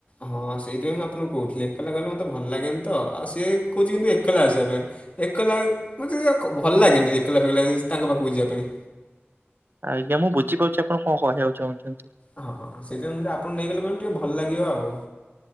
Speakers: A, on the left; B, on the right.
A: ହଁ ସେଇଥିପାଇଁ ମୁଁ ଆପଣଙ୍କୁ କହୁଥିଲି ଏକଲା ଗଲେ ମୋତେ ଭଲ ଲାଗେନି ତ ଆଉ ସିଏ କହୁଚି କିନ୍ତୁ ଏକଲା ଆସିବା ପାଇଁ। ଏକଲା ମତେ ଟିକେ ଭଲ ଲାଗେନି ଏକଲା ଫକଲା ତାଙ୍କ ପାଖକୁ ଯିବା ପାଇଁ।
B: ଆଜ୍ଞା ମୁଁ ବୁଝିପାରୁଛି ଆପଣ କଣ କହିବାକୁ ଚାହୁଁଚନ୍ତି।
A: ହଁ ହଁ ସେଥିପାଇଁ ମୁ ଟିକେ ଆପଣନଙ୍କୁ ନେଇଗଲେ ମାନେ ଟିକେ ଭଲ ଲାଗିବ ଆଉ।